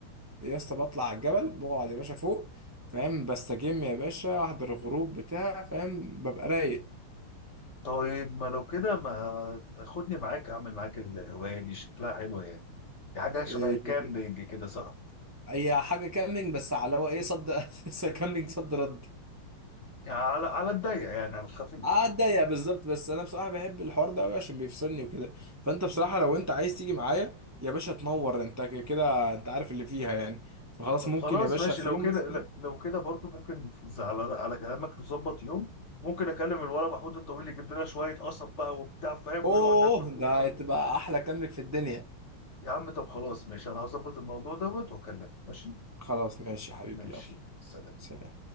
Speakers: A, on the right; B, on the left.
A: يا اسطى بطلع على الجبل بقعد يا باشا فوق فاهم بستجم يا باشا أحضر الغروب بتاع فاهم ببقى رايق
B: طيب ما لو كده ما تاخدني معاك اعمل معاك الهواية دي شكلها حلوة يعني دي حاجة شبه
A: إيه،
B: الكامبينج كده صح؟
A: هي حاجة كاملينج بس على هو إيه صد <laughs> كاملينج صد رد
B: يعني على على الضيق يعني على الخفيف
A: اتضايق بالظبط بس انا بصراحه بحب الحوار ده قوي عشان بيفصلني وكده فانت بصراحه لو انت عايز تيجي معايا يا باشا تنور انت ك- كده انت عارف اللي فيها يعني فخلاص
B: طب
A: ممكن
B: خلاص
A: يا باشا
B: ماشي
A: في
B: لو
A: يوم
B: كده
A: مثلا
B: لا، لو كده برضه ممكن ز- على على كلامك تظبط يوم ممكن اكلم الولد محمود الطويل يجيب لنا شويه قصب بقى وبتاع فاهم
A: اوه
B: ونقعد ناكل فوق.
A: ده هتبقى احلى كامبك في الدنيا
B: يا عم طب خلاص ماشي انا هظبط الموضوع دوت واكلمك ماشي
A: خلاص ماشي يا حبيبي
B: ماشي
A: يلا
B: سلام
A: سلام